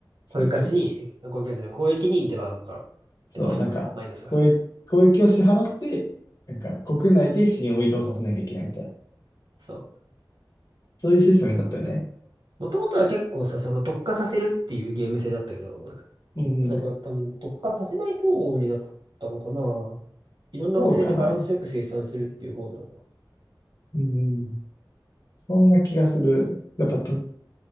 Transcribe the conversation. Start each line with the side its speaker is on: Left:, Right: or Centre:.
Left: その、
Right: こういう価値に、
Left: そう、
Right: こういう価値じゃない、公益にデバフが、
Left: そう、
Right: デバフというか、
Left: なんか、
Right: マイナスが入る。
Left: 交易、交易を支払って、なんか、国内で資源を移動させなきゃいけないみたいな、
Right: そう。
Left: そういうシステムになったよね。
Right: もともとは結構さ、その特化させるっていうゲーム性だったけど、
Left: うんうん、
Right: そこは多分特化させない方になったのかな。いろんな惑星でバランスよく生産するっていう方なのか
Left: そうかな。うんうんそんな気がする。やっぱと、